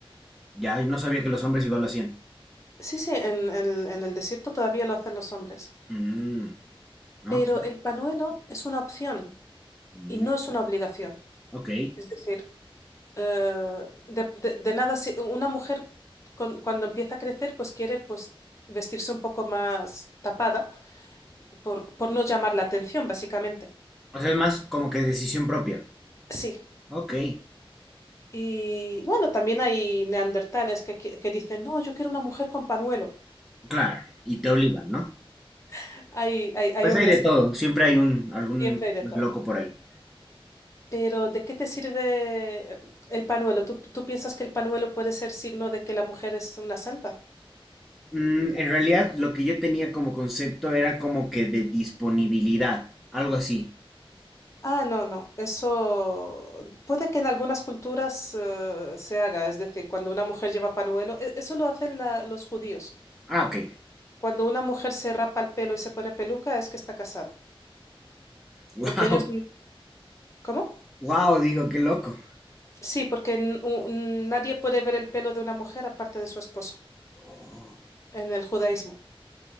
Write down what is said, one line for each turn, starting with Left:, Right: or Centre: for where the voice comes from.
Centre: Ya, y no sabía que los hombres igual lo hacían.
Left: Sí, sí, en, en- en el desierto todavía lo hacen los hombres,
Centre: Mm, ok.
Left: pero el panuelo es una opción
Centre: Mm,
Left: y no es una obligación.
Centre: ok.
Left: Es decir, eh, de, de- de nada, si- una mujer con- cuando empieza a crecer, pues quiere pues, vestirse un poco más tapada por, por no llamar la atención, básicamente.
Centre: O sea, es más como que decisión propia.
Left: Sí.
Centre: Ok.
Left: Y bueno, también hay neandertales que, que- que dicen, no, yo quiero una mujer con panuelo.
Centre: Claro, y te obligan, ¿no?
Left: <laughs> Hay, hay, hay
Centre: Pues
Left: hombres,
Centre: hay de todo, siempre hay un algún
Left: siempre hay de
Centre: pues,
Left: todo.
Centre: loco por ahí.
Left: Pero ¿de qué te sirve eh, el panuelo? ¿Tú, tú piensas que el panuelo puede ser signo de que la mujer es una santa?
Centre: Mm, en realidad, lo que yo tenía como concepto era como que de disponibilidad, algo así.
Left: Ah, no, no. Eso puede que en algunas culturas eh, se haga. Es decir, cuando una mujer lleva panuelo, e- eso lo hacen la- los judíos.
Centre: Ah, ok.
Left: Cuando una mujer se rapa el pelo y se pone peluca es que está casada.
Centre: wow,
Left: Porque ellos... ¿Cómo?
Centre: wow, <laughs> digo, qué loco.
Left: Sí, porque n- un- nadie puede ver el pelo de una mujer aparte de su esposo
Centre: Oh,
Left: en el judaísmo.